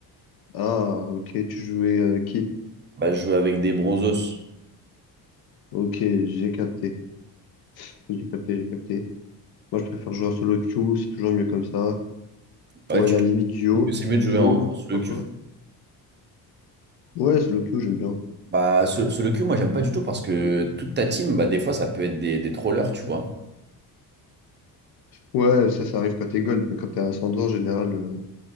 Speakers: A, on the left; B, on the right.
A: Ah, ok, tu jouais avec qui?
B: Bah, je jouais avec des bronzos.
A: Ok, j'ai capté. J'ai capté, j'ai capté. Moi, je préfère jouer en solo queue, c'est toujours mieux comme ça.
B: Ouais,
A: Ou à
B: tu
A: la limite duo.
B: trouves que c'est mieux
A: Duo,
B: de jouer en, en solo
A: pourquoi
B: queue?
A: pas? Ouais, solo queue, j'aime bien.
B: Bah, so- solo queue, moi, j'aime pas du tout parce que toute ta team, bah, des fois, ça peut être des, des trollers, tu vois.
A: Ouais, ça, ça arrive quand t'es gold, mais quand t'es ascendant, en général, euh,